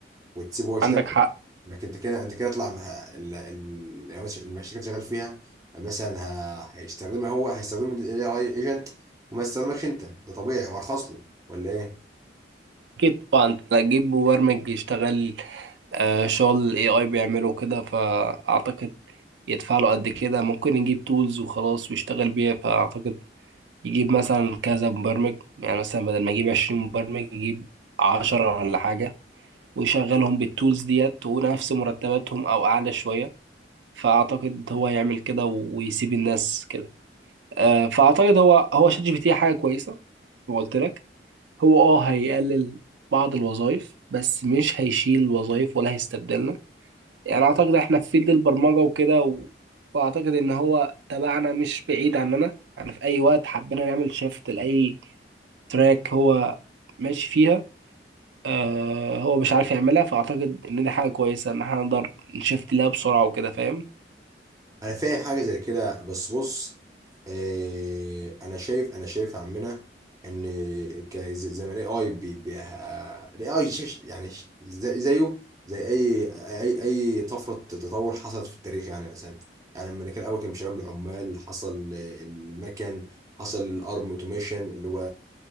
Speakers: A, on the right; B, on the right.
A: وتسيبه هو يشتغل
B: عندك حق
A: انك انت كده انت كده اطلع مع ال- ال- يعني مثلا المشاريع اللي شغال فيها مثلا ه- هيستخدمها هو هيستخدم الاي اي ايجنت وما يستخدمكش انت ده طبيعي وارخص له ولا ايه؟
B: أكيد طبعا أنت لا تجيب مبرمج يشتغل آه، شغل ال AI بيعمله كده فأعتقد يدفع له قد كده ممكن يجيب تولز وخلاص ويشتغل بيها فأعتقد يجيب مثلا كذا مبرمج يعني مثلا بدل ما يجيب عشرين مبرمج يجيب عشرة ولا حاجة ويشغلهم بالتولز ديت ونفس مرتباتهم أو أعلى شوية فأعتقد هو يعمل كده ويسيب الناس كده آه، فأعتقد هو هو شات جي بي تي حاجة كويسة زي ما قلت لك هو اه هيقلل بعض الوظائف بس مش هيشيل وظائف ولا هيستبدلنا يعني اعتقد احنا في فيلد البرمجه وكده و... فاعتقد ان هو تبعنا مش بعيد عننا يعني في اي وقت حبينا نعمل شيفت لاي تراك هو ماشي فيها آه هو مش عارف يعملها فاعتقد ان دي حاجه كويسه ان احنا نقدر نشفت لها بسرعه وكده فاهم
A: انا فاهم حاجه زي كده بس بص إيه انا شايف انا شايف يا عمنا ان ك- زي زي ما الاي اي بي بي الاي اي يعني ش- زي زيه زي اي اي اي طفره تطور حصلت في التاريخ يعني مثلا يعني لما كان الاول كان بيشتغل بالعمال حصل المكن حصل الارم اوتوميشن اللي هو